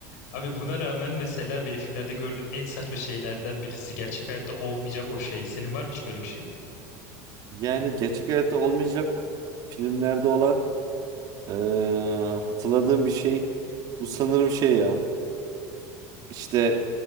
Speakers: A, on the left; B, on the right.
A: Abi buna rağmen mesela benim filmlerde gördüğüm en saçma şeylerden birisi gerçek hayatta olmayacak o şey. Senin var mı hiç böyle bir şey?
B: Yani gerçek hayatta olmayacak filmlerde olan eee, hatırladığım bir şey. Bu sanırım şey ya. İşte